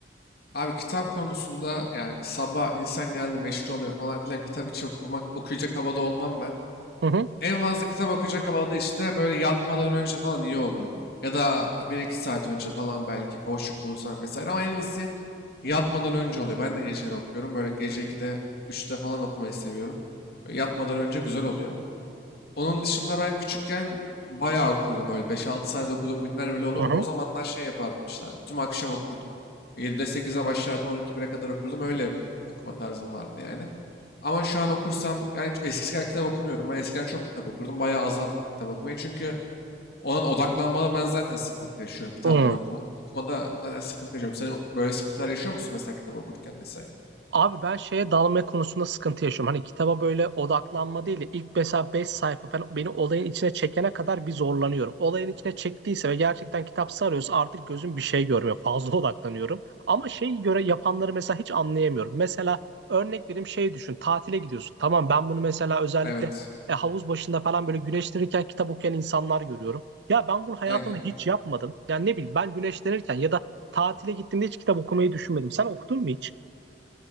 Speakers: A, on the left; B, on the right.
A: Abi kitap konusunda yani sabah insan geldi meşgul oluyor falan filan kitap hiç okumak okuyacak havada olmam ben.
B: Hı hı.
A: En fazla kitap okuyacak havada işte böyle yatmadan önce falan iyi oluyor. Ya da bir iki saat önce falan belki boşluk bulursan vesaire ama en iyisi yatmadan önce oluyor. Ben de geceleri okuyorum. Böyle gece 2'de üçte falan okumayı seviyorum. Böyle yatmadan önce güzel oluyor. Onun dışında ben küçükken bayağı okurdum öyle. beş altı sayede okuduğum günler bile olurdu.
B: Hı hı.
A: O zamanlar şey yapardım işte abi. Tüm akşam okurdum. 7'de sekize başlardım. on iki 1e kadar okurdum. Öyle bir okuma tarzım vardı yani. Ama şu an okursam yani eskisi kadar kitap okumuyorum. Ben eskiden çok kitap okurdum. Bayağı azalttım kitap okumayı. Çünkü olan odaklanmada ben zaten sıkıntı yaşıyorum. Kitapları
B: Hı.
A: okum okumada zaten sıkıntı yaşıyorum. Sen böyle sıkıntılar yaşıyor musun mesela kitap okurken vesaire?
B: Abi ben şeye dalma konusunda sıkıntı yaşıyorum. Hani kitaba böyle odaklanma değil de ilk mesela 5 sayfa falan beni olayın içine çekene kadar bir zorlanıyorum. Olayın içine çektiyse ve gerçekten kitap sarıyorsa artık gözüm bir şey görmüyor. Fazla <laughs> odaklanıyorum. Ama şeyi göre yapanları mesela hiç anlayamıyorum. Mesela örnek vereyim şey düşün. Tatile gidiyorsun. Tamam ben bunu mesela özellikle
A: Evet.
B: e, havuz başında falan böyle güneşlenirken kitap okuyan insanlar görüyorum. Ya ben bunu hayatımda
A: Aynen.
B: hiç yapmadım. Yani ne bileyim ben güneşlenirken ya da tatile gittiğimde hiç kitap okumayı düşünmedim. Sen okudun mu hiç?